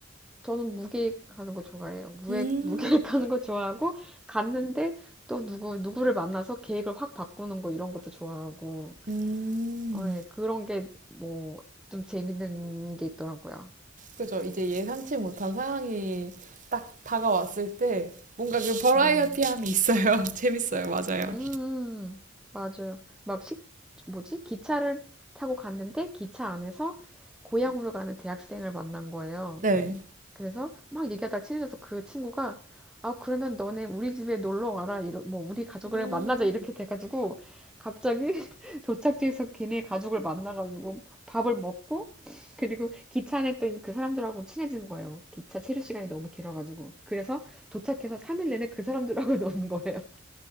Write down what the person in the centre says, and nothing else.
저는 무계획하는 거 좋아해요. 무획,
<laughs> 무계획하는 거 좋아하고 갔는데 또 누구 누구를 만나서 계획을 확 바꾸는 거 이런 것도 좋아하고
어, 예, 그런 게 뭐 좀 재밌는 게 있더라고요.
네.
음, 음. 맞아요. 막 식, 뭐지? 기차를 타고 갔는데 기차 안에서 고향으로 가는 대학생을 만난 거예요.
그래서 막 얘기하다 친해져서 그 친구가 아, 그러면 너네 우리 집에 놀러 와라. 이러, 뭐, 우리 가족을
만나자. 이렇게 돼가지고 갑자기 <laughs> 도착지에서 걔네 가족을 만나가지고 밥을 먹고 그리고 기차 안에 있던 그 사람들하고 친해진 거예요. 기차 체류 시간이 너무 길어가지고. 그래서 도착해서 3일 내내 그 사람들하고 <laughs> 노는 거예요.